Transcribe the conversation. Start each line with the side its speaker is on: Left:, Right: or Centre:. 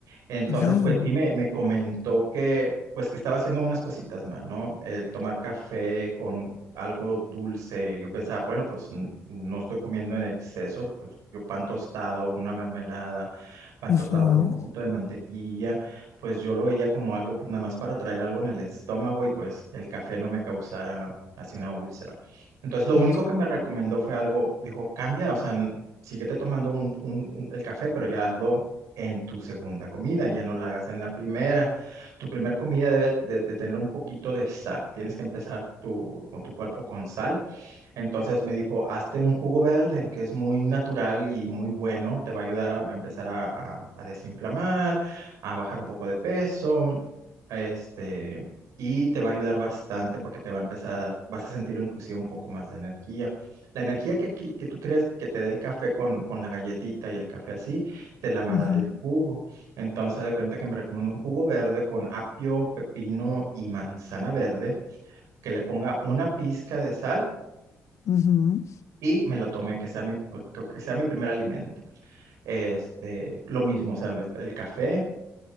Right: Entonces,
Left: No.
Right: pues sí me, me comentó que, pues que estaba haciendo unas cositas mal, ¿no? El tomar café con algo dulce. Yo pensaba, bueno, pues n- no estoy comiendo en exceso, pues yo pan tostado, una mermelada, pan
Left: ujú,
Right: tostado con un poquito de mantequilla, pues yo lo veía como algo, pues nada más para traer algo en el estómago y pues que el café no me causara así una úlcera. Entonces, lo
Left: Claro.
Right: único que me recomendó fue algo, dijo, cambia, o sea, n- síguete tomando un, un- un- el café, pero ya hazlo en tu segunda comida, ya no la hagas en la primera. Tu primera comida debe de, de tener un poquito de sal. Tienes que empezar tu, con tu cuerpo con sal entonces me dijo, hazte un jugo verde, que es muy natural y muy bueno, te va a ayudar a empezar a, a- a desinflamar, a bajar un poco de peso, este, y te va a ayudar bastante porque te va a empezar a dar, vas a sentir inclusive un poco más de energía. La energía que, qui- que tú crees que te dé el café con, con la galletita y el café así, te la va
Left: ujú,
Right: a dar el jugo. Entonces, haz de cuenta que me recomiendo un jugo verde con apio, pepino y manzana verde, que le ponga una pizca de sal
Left: ujú,
Right: y me lo tomé, que sea mi, que sea mi primer alimento. Este, lo mismo, o sea, el café,